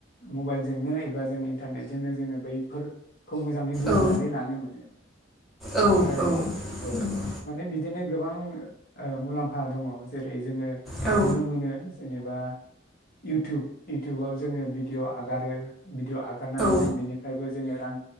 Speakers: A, on the left; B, in the centre.
A: मबाइलजोंनो एबा जों इन्टारनेटजोंनो जोङो बैफोरखौ मोजाङै बुजिनानै
B: औ
A: लानो मोनो
B: औ
A: ओमफ्राय
B: औ
A: औ
B: नंगौ
A: माने बिदिनो गोबां ओ मुलाम्फा दङ जेरै जोङो
B: औ
A: नुनो मोनो जेनेबा इउटुब इउटुबाव जोङो भिदिअ आगारो भिदिअ आगारनानै
B: औ
A: जों बिनिफ्रायबो जोङो रां